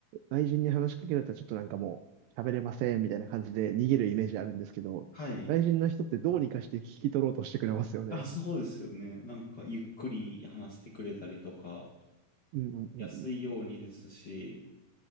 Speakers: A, on the right; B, on the left.
A: 外人に話しかけられたらちょっとなんかもう、喋れませんみたいな感じで逃げるイメージあるんですけど、
B: はい。
A: 外人の人ってどうにかして聞き取ろうとしてくれますよね。
B: あ、そうですよね。なんか、ゆっくり話してくれたりとか、
A: うんうんうんうん。
B: 安いようにですし、や